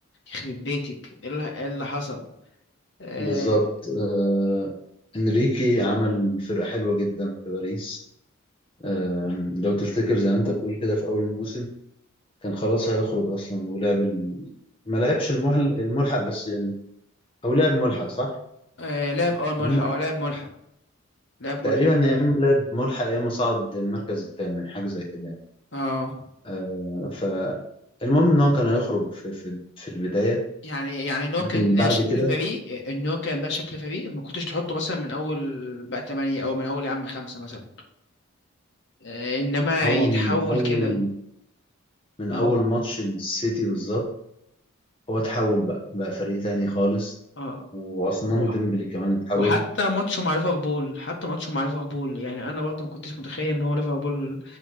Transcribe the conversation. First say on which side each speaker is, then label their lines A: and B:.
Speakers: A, on the left; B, on the left.
A: يخرب بيتك ايه اللي إيه اللي حصل آه
B: بالظبط آه، انريكي عمل فرقة حلوة جدا في باريس آه، لو تفتكر زي ما انت بتقول كده في اول الموسم كان خلاص هيخرج اصلا ولعب ال... ما لعبش المحل... الملحق بس يعني او لعب ملحق صح
A: آه لعب اه ملحق
B: يا اما
A: اه لعب ملحق لعب ملحق
B: تقريبا يا اما لعب ملحق يا اما صعد المركز الثامن حاجة زي كده يعني.
A: اه
B: آه، فالمهم ان هو كان هيخرج في في, في البداية
A: يعني يعني ان هو
B: لكن
A: كان
B: بعد
A: شكل
B: كده
A: فريق ان هو كان بقى شكل فريق ما كنتش تحطه مثلا من اول بقى تمانية او من اول يا عم خمسة مثلا آه، انما
B: هو
A: يتحول
B: من اول
A: كده
B: من
A: اهو
B: اول ماتش السيتي بالظبط هو اتحول بقى بقى فريق تاني خالص
A: اه
B: وعثمان
A: و-
B: ديمبلي كمان اتحول
A: وحتى ماتشه مع ليفربول حتى ماتشه مع ليفربول يعني انا برضه ما كنتش متخيل ان هو ليفربول